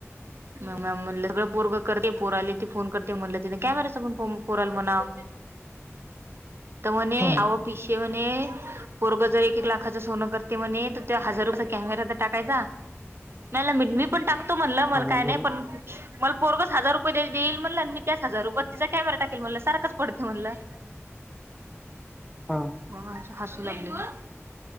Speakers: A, on the right (about 55°); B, in the centre.
A: मग म्या म्हणल सगळं पोरग करते पोरली ती फोन करते म्हणलं तिन कॅमेराचा पण फोन पोराला म्हणावं. तर म्हणे
B: हा
A: आव पिसे म्हणे पोरग जर एक एक लाख चं सोनं करते म्हणे तर त्यो हजारचा कॅमेरा तर टाकायचा <unintelligible> पण टाकतो म्हणला मला
B: हा मम्मी
A: काय नाही पण मला पोरगचं हजार रुपये देई देईल म्हणल आणि मी त्याच हजार रुपयात तिचा कॅमेरा टाकेल म्हणलं सारखाच पडते म्हणलं. <unintelligible>
B: हा.
A: मग ह हसू लागली ना.